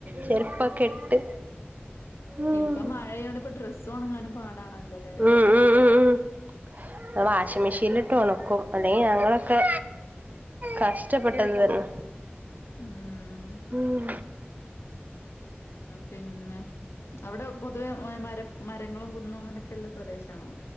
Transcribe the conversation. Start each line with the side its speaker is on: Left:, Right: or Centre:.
Right: ചെരുപ്പൊക്കെ ഇട്ട് ഉം
Left: ഇപ്പം മഴയായോണ്ട് ഇപ്പം ഡ്രസ്സ് ഒണങ്ങാനും പാടാണല്ലോല്ലേ
Right: ഉം ഉം ഉം <inaudible> വാഷിംഗ് മെഷീനിലിട്ട് ഒണക്കും അല്ലെങ്കിൽ ഞങ്ങളൊക്കെ കഷ്ടപ്പെട്ടത് തന്നെ
Left: ഉം
Right: ഉം
Left: പിന്നെ അവിടെ പൊതുവെ മര മരങ്ങളും കുന്നും അങ്ങനെ ഒക്കെയില്ലേ പ്രദേശാണോ